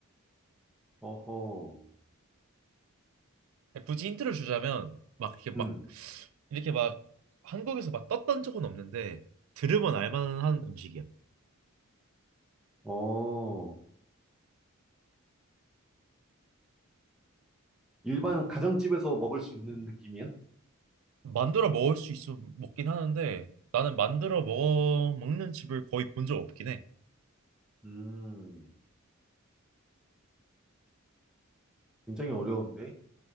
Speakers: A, in the centre; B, on the right (about 65°).
A: 어허,
B: 굳이 힌트를 주자면 막 이렇게 막
A: 음,
B: 이렇게 막 한국에서 막 떴던 적은 없는데 들으면 알만한 음식이야.
A: 어, 일반 가정집에서 먹을 수 있는 느낌이야?
B: 만들어 먹을 수 있어 먹긴 하는데 나는 만들어 먹어 먹는 집을 거의 본 적 없긴 해.
A: 음, 굉장히 어려운데?